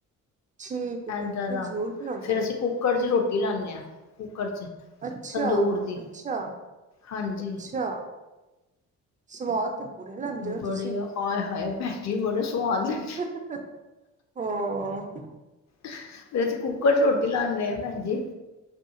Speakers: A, on the right; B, on the left.
A: ਠੀਕ
B: ਏਦਾਂ
A: ਹੈ ਹ
B: ਦਾ।
A: ਜ਼ਰੂਰ ਕਿ
B: ਫੇਰ ਅਸੀਂ ਕੁੱਕਰ 'ਚ ਰੋਟੀ ਲਾਨੇ ਆ ਕੁੱਕਰ 'ਚ
A: ਅੱਛਾ
B: ਤੰਦੂਰ ਦੀ
A: ਅੱਛਾ
B: ਹਾਂਜੀ
A: ਅੱਛਾ ਸਵਾਦ ਬੜੇ ਲੈਂਦੇ ਓ
B: ਬੜੇ
A: ਤੁਸੀਂ।
B: ਆਏ ਹਾਏ ਭੈਣ ਜੀ ਬੜੇ ਸਵਾਦ ਲੈਂਦੇ
A: ਹ
B: ਫਿਰ ਅਸੀਂ ਕੁੂੱਕਰ ਚ ਰੋਟੀ ਲਾਉਦੇ ਆ ਭੈਣ ਜਜੀ